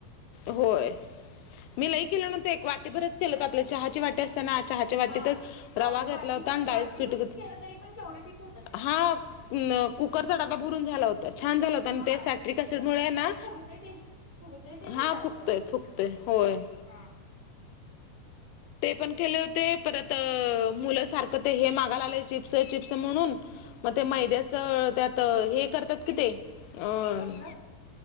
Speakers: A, on the left; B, on the right.
A: होय. मी लई केलं नतं एक वाटेभरच केलं. का आपल्या चहाची वाटी अस त्या ना चहाच्या वाटीतच
B: हा
A: रवा
B: हा
A: घेतला
B: वाटीभरच
A: होता आणि डाळीच
B: वाटीभरच
A: पिट
B: केलं तरी पण केवढे पीस होतात त्याचे
A: हा कुकर डाबा भरून झाला होता. छान झालं होतं आणि
B: हा
A: ते सॅट्रिक
B: तेच
A: ॲसिड
B: की या.
A: मुळे ना
B: आणि फुगतय ते फुगतय ते नाही
A: हा
B: जास्त
A: फुकतय फुकतय होय.
B: हा.
A: ते पण केले होते परत मुलं सारखं ते हे मागायला. आले चिप्स-चिप्स म्हणून मग ते मैद्याचं त्यात हे करतात. कि ते अं
B: कसलं